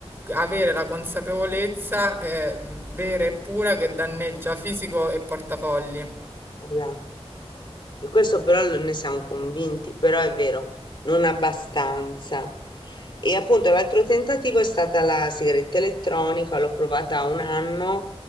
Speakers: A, on the right; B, on the left.
A: avere la consapevolezza eh, vera e pura che danneggia fisico e portafogli.
B: Esatto. E questo però lo- ne siamo convinti, però è vero, non abbastanza. E appunto l'altro tentativo è stata la sigaretta elettronica, l'ho provata un anno,